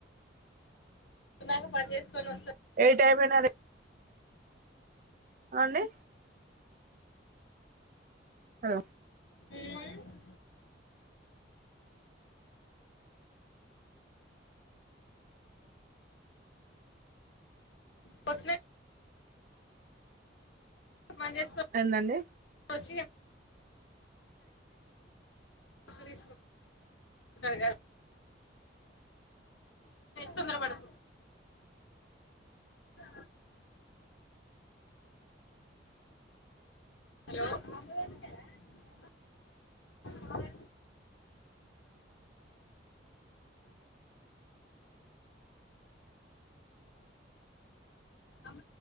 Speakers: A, on the left; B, on the right.
A: న్నాక పని చేసుకొని వస్తారు
B: ఏ టైం అయినా అదే అండి ఆ
A: ఉమ్. పట్నా పనిచేసుకొని
B: ఏందండి
A: రోజుకి ఎంత తీసుకుంటారు కదా తొందరపడి ఆ హలో అమ